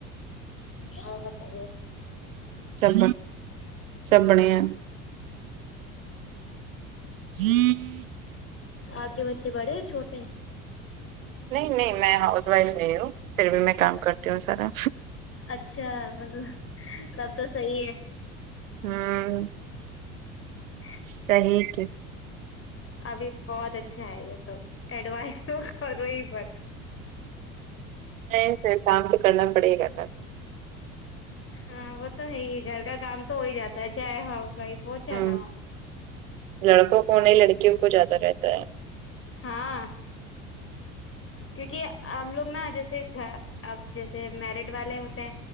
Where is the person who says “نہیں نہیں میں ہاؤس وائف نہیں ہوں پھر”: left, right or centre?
Right